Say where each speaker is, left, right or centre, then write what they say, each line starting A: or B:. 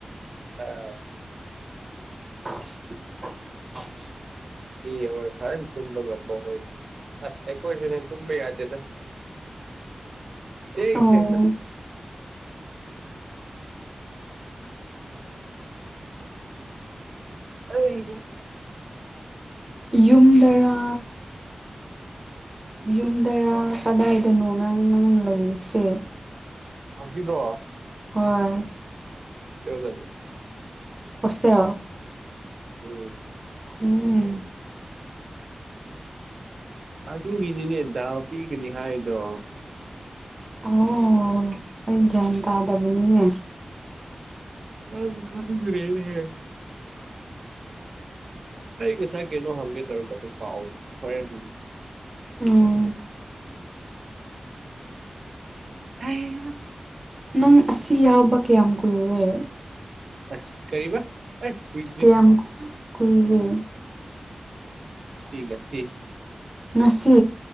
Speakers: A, on the right; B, on the right.
A: ꯑ
B: <inaudible>
A: ꯏ ꯍꯣꯏ ꯐꯥꯏꯅ ꯇꯨꯝꯕ ꯉꯝꯝꯕ ꯍꯣꯏꯗꯤ ꯑꯁ ꯑꯩꯈꯣꯏ ꯇꯨꯝꯕꯩ ꯌꯥꯗꯦꯗ ꯊ
B: ꯑꯣ
A: ꯊ ꯑꯣꯏ
B: ꯌꯨꯝꯗꯔꯥ ꯌꯨꯝꯗꯔꯥ ꯀꯗꯥꯏꯗꯅꯣ ꯅꯪ ꯅꯪ ꯂꯩꯔꯨꯁꯦ
A: ꯑꯖꯤꯗ
B: ꯍꯣꯏ
A: ꯁꯧ ꯅꯣ
B: ꯍꯁꯦ
A: ꯎꯝ
B: ꯎꯝ
A: ꯑꯗꯨꯒꯤꯅꯤꯅꯦ ꯗꯥꯎ ꯄꯤꯒꯅꯤ ꯍꯥꯏꯗꯣ
B: ꯑꯣ ꯑꯩ ꯒ꯭ꯌꯥꯟ ꯇꯥꯗꯕꯅꯤꯉ
A: ꯑ ꯈꯝ ꯔꯦ ꯍ ꯑꯩ ꯉꯁꯥꯏ ꯀꯩꯅꯣ ꯍꯪꯒꯦ ꯇꯧꯔꯒ ꯑꯃꯨꯛ ꯀꯥꯎꯋ ꯍꯣꯔꯦꯟ ꯍꯪꯒꯦ
B: ꯎꯝ
A: ꯑ
B: ꯅꯪ ꯑꯁꯤ ꯌꯥꯎꯕ ꯀꯌꯥꯝ ꯀꯨꯏꯔꯦ
A: ꯑꯁ ꯀꯔꯤꯕ ꯀꯨꯏꯗ꯭ꯔꯤ
B: ꯀꯌꯥꯝ ꯀꯨꯏꯔꯦ
A: ꯁꯤꯒ ꯁꯤ
B: ꯉꯁꯤ